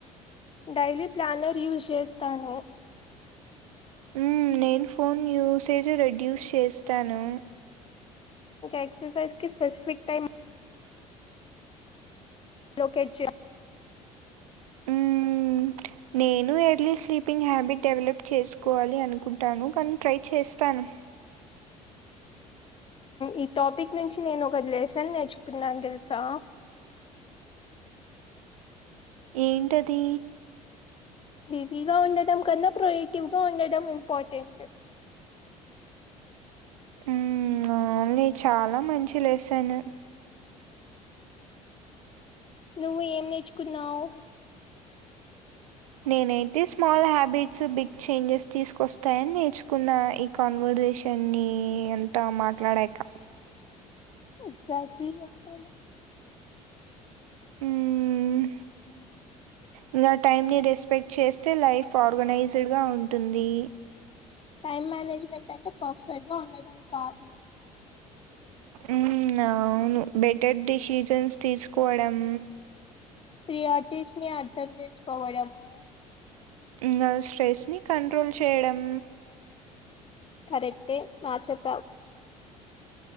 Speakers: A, on the left; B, on the right.
A: డైలీ ప్లానర్ యూస్ చేస్తాను
B: ఉమ్ నేను ఫోన్ యూస్ అతే రెడ్యూస్ చేస్తాను
A: ఎక్సర్సైజ్ కి స్పెసిఫికు టైమ్ లోకేట్ చే
B: హ్మ్మ్ నేను ఎర్లీ స్లీపింగ్ హ్యాబిట్ డెవలప్ చేసుకోవాలి అనుకుంటాను కానీ ట్రై చేస్తాను
A: ఈ టాపిక్ నుంచి నేను ఒక లెసన్ నేర్చుకున్నాను తెలుసా
B: ఏంటది
A: బిజీగా ఉండడం కన్నా ప్రొడక్టివ్గా ఉండడం ఇంపార్టెంట్
B: ఉమ్ న చాలా మంచి లెసన్
A: నువ్వు ఏం నేర్చుకున్నావు
B: నెనీ స్మాల్ హ్యాబిట్స్ బిగ్ చేంజెస్ తీసుకొస్తాయని నేర్చుకున్న ఈ కాన్వర్జేషన్ ని ఈ అంత మాట్లాడాక
A: ఎక్సాక్ట్లీ అంతేలే
B: హ్మ్ ఇంకా టైమ్ ని రెస్పెక్ట్ చేస్తే లైఫ్ ఆర్గనైజ్డ్ గా ఉంటుంది
A: టైమ్ మేనేజ్మెంట్ అంటే పర్ఫెక్ట్ గా ఉండడం కాదు
B: హ్మ్ అవును బెటర్ డిసిజన్స్ తీసుకోవడం
A: ప్రియార్టిస్ని అర్థం చేసుకోవడము
B: నా స్ట్రెస్ ని కంట్రోల్ చేయడం
A: కరెక్టే బా చెప్పావు